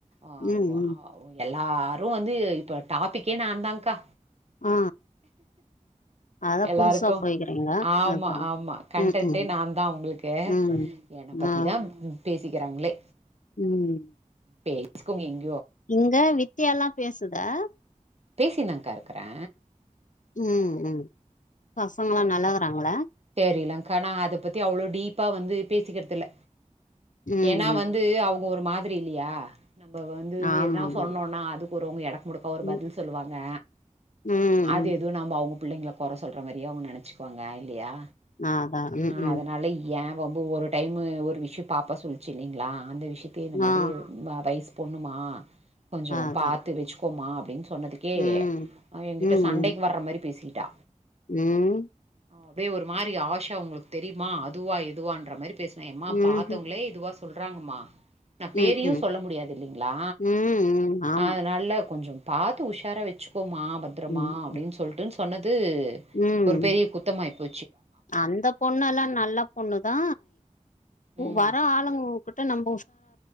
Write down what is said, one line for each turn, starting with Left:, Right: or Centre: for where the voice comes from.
Right: அவு
Left: ம் ம்
Right: அவு எல்லா எல்லாரு வந்து இப்ப டாபிக்கே நா தாங் க்கா
Left: ஆ அதா
Right: எல்லாருக்கு
Left: புதுசா போய்க்கிறீங்களா
Right: ஆமா
Left: அதா
Right: ஆமா கண்டன்ட்டே
Left: ம் ம்
Right: நா தா அவுங்ளுக்கு
Left: ம்
Right: என்ன பத்திதா
Left: ஆ
Right: பே பேசிக்கிறாங்ளே
Left: ம்
Right: பேசிக்கோங்க இங்
Left: இங்க வித்தியா ல்லா பேசுதா
Right: பேசினு னாகா இருக்குறே
Left: ம் ம் பசங்கலா நல்லாக்குறாங்ளா
Right: தெரிலங் க்கா நா அத பத்தி அவ்ளோ டீப்பா வந்து பேசிக்கறது இல்ல
Left: ம்
Right: ஏனா
Left: ம்
Right: வந்து அவங்க ஒரு மாதிரி இல்லியா நம்ம வந்து
Left: ஆமா
Right: எதனா
Left: ஆமா
Right: சொன்னோனா அது ஒருவொங்க எடக்கு முடக்கா ஒரு
Left: ம்
Right: பதில் சொல்லுவாங்க
Left: ம்
Right: அது
Left: ம்
Right: எதுவு நம்ம அவங்க பிள்ளைங்கள கொற சொல்ற மாரியே அவங்க நெனைச்சுக்குவாங்க இல்லையா
Left: அதா ம்
Right: அதனால
Left: ம்
Right: ஏன் ரொம்ப ஒரு டைமு ஒரு விஷ்யோ பாப்பா சொல்லிச்சு இல்லைங்ளா அந்த விஷயத்த இந்த மாதிரி
Left: ஆ
Right: வய்சு பொண்ணுமா கொஞ்சோ
Left: அதா
Right: பாத்து வச்சுக்கோமா அப்டின்னு சொன்னதுக்கே
Left: ம்
Right: அவ என்ங்கிட்ட
Left: ம்
Right: சண்டைக்கு
Left: ம்
Right: வர்ற மாரி பேசிட்டா
Left: ம்
Right: அப்டே ஒரு மாரி ஆஷா உங்ளுக்கு தெரியுமா அதுவா எதுவான்ற மாரி பேஸ்னா எம்மா
Left: ம்ஹும்
Right: பாத்தவங்களே இதுவா சொல்றாங் ம்மா நா பேரையு
Left: ம் ம்
Right: சொல்ல முடியாது இல்லிங்ளா
Left: ம் ம் ஆமா
Right: அதனால கொஞ்சோ பாத்து உஷாரா வெச்சிக்கோமா பத்ரமா
Left: ம்
Right: அப்டினு
Left: ம்
Right: சொல்ட்டு இது
Left: ம்
Right: ஒரு பெரிய குத்தமாயி போ
Left: அந்த பொண்ணலா நல்ல பொண்ணு தா
Right: ம்
Left: வர ஆளுங்ககிட்ட நம்